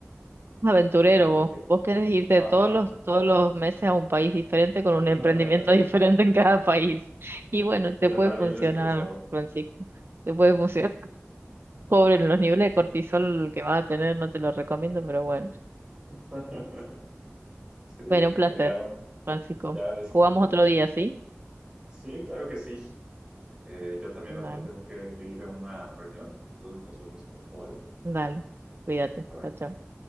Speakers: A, on the right (about 55°); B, on the right (about 20°).
A: Aventurero
B: Y como
A: vos.
B: que,
A: Vos querés irte
B: ajá.
A: todos los, todos los meses a un país diferente con
B: <laughs>
A: un emprendimiento <laughs> diferente en cada país. Y bueno, te
B: Y andar
A: puede funcionar,
B: bien estresado.
A: Francisco. Te puede funcionar. <laughs> Pobre, los niveles de cortisol que vas a tener, no te lo recomiendo, pero bueno.
B: <laughs> Sí,
A: Bueno, un placer,
B: pues ya,
A: Francisco.
B: ya este,
A: Jugamos otro día, ¿sí?
B: sí, claro que sí. Eh, yo también
A: Dale,
B: ahorita tengo que ir a una reunión, entonces nos vemos pronto, ¿vale?
A: dale. Cuídate.
B: Bye bye.
A: Chao, chao.